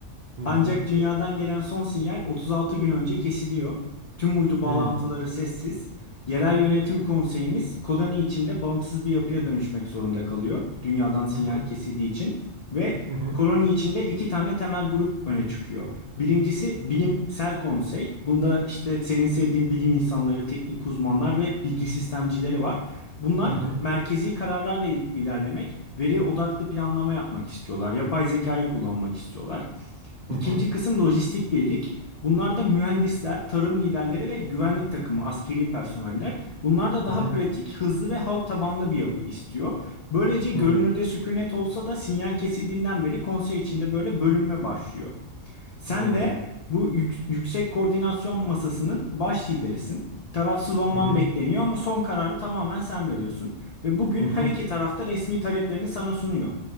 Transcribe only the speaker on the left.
Ancak
dünyadan gelen son sinyal 36 gün önce kesiliyor. Tüm uydu bağlantıları
sessiz. Yerel yönetim konseyimiz koloni içinde bağımsız bir yapıya dönüşmek zorunda kalıyor. Dünyadan sinyal
kesildiği için ve
koloni içinde iki tane temel grup öne çıkıyor. Birincisi bilimsel konsey. Bunda işte senin sevdiğin bilim insanları, teknik uzmanlar ve bilgi sistemcileri var. Bunlar
merkezi kararlarla il- ilerlemek, veri odaklı planlama yapmak istiyorlar. Yapay zekayı kullanmak istiyorlar. İkinci
kısım lojistik birlik. Bunlar da mühendisler, tarım liderleri ve güvenlik takımı, askeri personeller. Bunlar da daha
pratik, hızlı ve halk tabanlı bir yapı istiyor. Böylece görünürde
sükunet olsa da sinyal kesildiğinden beri konsey içinde böyle bölünme başlıyor. Sen
de bu yük- yüksek koordinasyon masasının baş liderisin. Tarafsız olman
bekleniyor ama son kararı tamamen sen veriyorsun. Ve bugün
her iki tarafta resmi taleplerini sana sunuyor.